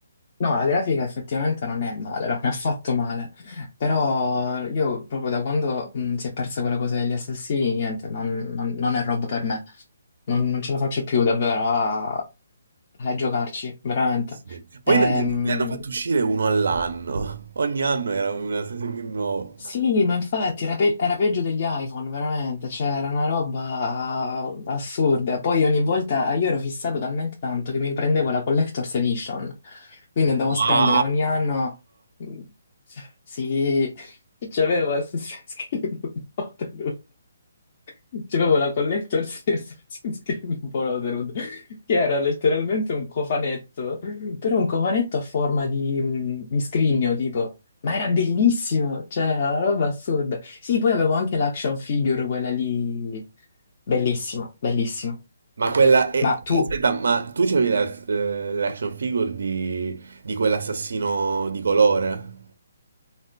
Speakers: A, on the left (about 30°); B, on the right (about 55°).
A: No, la grafica effettivamente non è male, non è affatto male, però io proprio da quando mh, si è persa quella cosa degli assassini, niente, non, non- non è roba per me, non, non ce la faccio più davvero a, a giocarci, veramente.
B: Sì. Poi
A: Ehm,
B: ne, ne hanno fatto uscire uno all'anno. Ogni anno era un Assassin's Creed nuovo.
A: Sì, ma infatti era, pe- era peggio degli iPhone, veramente, cioè era una roba assurda. Poi ogni volta io ero fissato talmente tanto che mi prendevo la Collector's Edition, quindi andavo
B: Ma,
A: a spendere ogni anno... mm, Sì, <laughs> c'avevo Assassin's Creed. <laughs> C'è proprio la collector <laughs> Series Borderwood, che era letteralmente un cofanetto, però un cofanetto a forma di, mh, di scrigno, tipo. Ma era bellissimo, cioè, era una roba assurda. Sì, poi avevo anche l'action figure, quella lì, bellissima, bellissima.
B: ma quella è...
A: Ma tu
B: Aspetta, ma tu c'avevi la- eh, l'action figure di, di quell'assassino di colore?